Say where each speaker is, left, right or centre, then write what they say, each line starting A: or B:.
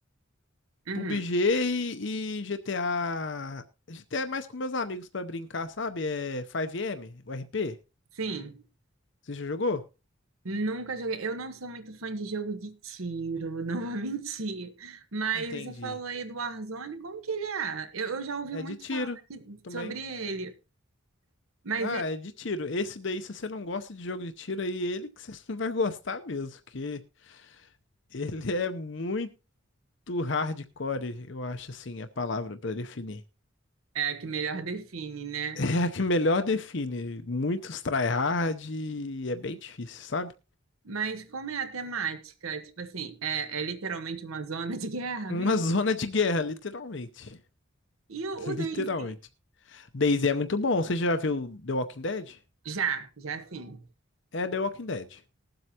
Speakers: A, on the right; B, on the left.
A: Uhum.
B: PUBG e, e GTA. GTA é mais com meus amigos pra brincar, sabe? É 5M, o RP.
A: Sim.
B: Você já jogou?
A: Nunca joguei. Eu não sou muito fã de jogo de tiro, não vou <laughs> mentir. Mas
B: Entendi.
A: você falou aí do Warzone, como que ele é? Eu, eu já ouvi
B: É
A: muito
B: de tiro
A: falar de-
B: também.
A: sobre ele, mas
B: Ah,
A: ele
B: é de tiro. Esse daí, se você não gosta de jogo de tiro, aí ele que você <laughs> não vai gostar mesmo, porque ele é muito hardcore, eu acho assim a palavra pra definir.
A: é a que melhor define, né?
B: É a que melhor define. Muitos tryhard e é bem difícil, sabe?
A: Mas como é a temática? Tipo assim, é, é literalmente uma zona de <laughs> guerra
B: Uma
A: mesmo?
B: <laughs> zona de guerra, literalmente.
A: E
B: <laughs>
A: o,
B: Literalmente.
A: o DayZ?
B: DayZ é muito bom. Você já viu The Walking Dead?
A: Já, já sim.
B: É The Walking Dead.